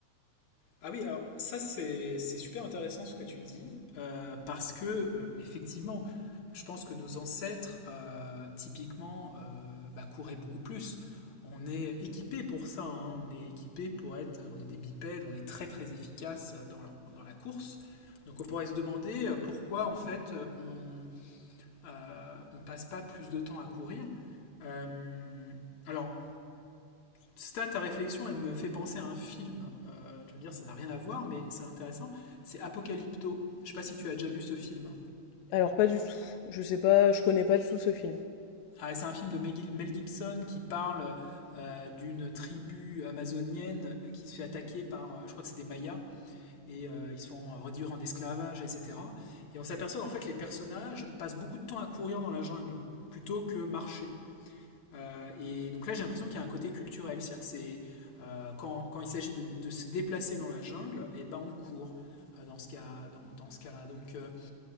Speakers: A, on the left; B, on the left.
A: Ah oui, alors ça c'est c'est super intéressant ce que tu dis, euh, parce que euh, effectivement, je pense que nos ancêtres euh, typiquement euh, bah, couraient beaucoup plus. On est équipé pour ça, hein, on est équipé pour être, on est des bipèdes, on est très très efficace dans la, dans la course. Donc on pourrait se demander euh, pourquoi en fait on, euh, on passe pas plus de temps à courir. Euh, alors ça, ta réflexion, elle me fait penser à un film. Euh, tu vas me dire, ça n'a rien à voir, mais c'est intéressant. C'est Apocalypto. Je ne sais pas si tu as déjà vu ce film.
B: Alors pas du tout. Je sais pas, je connais pas du tout ce film.
A: Ah, c'est un film de Mel Gibson qui parle euh, d'une tribu amazonienne qui se fait attaquer par, euh, je crois que c'est des Mayas, et euh, ils se font réduire en esclavage, etc. Et on s'aperçoit qu'en fait, les personnages passent beaucoup de temps à courir dans la jungle plutôt que marcher. Euh, et donc là, j'ai l'impression qu'il y a un côté culturel, c'est-à-dire que c'est euh, quand, quand il s'agit de, de se déplacer dans la jungle, et ben on court euh, dans ce cas, dans, dans ce cas-là. Donc euh,